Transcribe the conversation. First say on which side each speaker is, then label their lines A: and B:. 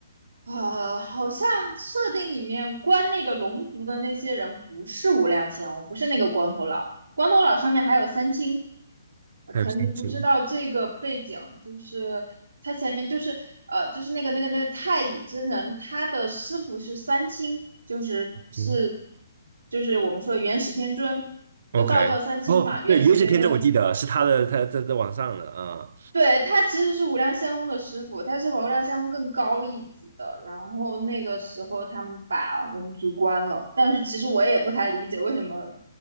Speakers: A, on the right; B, on the right.
A: 呃，好像设定里面关那个龙族的那些人不是无量仙翁，不是那个光头佬。光头佬上面还有三清，呃可能你不知道这个背景，
B: 还有星星
A: 就是他前面就是呃，就是那个那个那个太乙真人，他的师傅是三清，就是是
B: 星
A: 就是我们说的元始天尊，
B: ，OK，
A: 就道教三清嘛，
B: 哦，
A: 元始天尊。
B: 对，《原些天尊》我记得是他的，他在在网上的啊、
A: 对，他其实是无量仙翁的师傅，他是无量仙翁更高一级的。然后那个时候他们把龙族关了，但是其实我也不太理解为什么